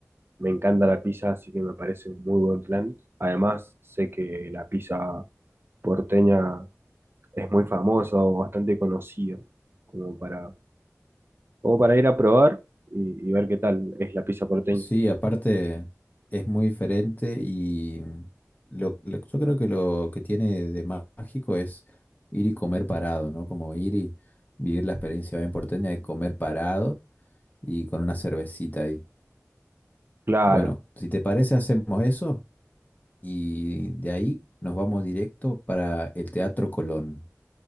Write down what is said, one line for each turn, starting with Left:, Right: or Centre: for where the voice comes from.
Right: Me encanta la pizza, así que me parece un muy buen plan. Además, sé que la pizza porteña es muy famosa o bastante conocida, como para, o para ir a probar y, y ver qué tal es la pizza porteña.
Left: Sí, aparte es muy diferente y lo, lo- yo creo que lo que tiene de mágico es ir y comer parado, ¿no? Como ir y vivir la experiencia bien porteña de comer parado y con una cervecita ahí.
Right: Claro,
Left: Bueno, si te parece, hacemos eso. y de ahí nos vamos directo para el Teatro Colón.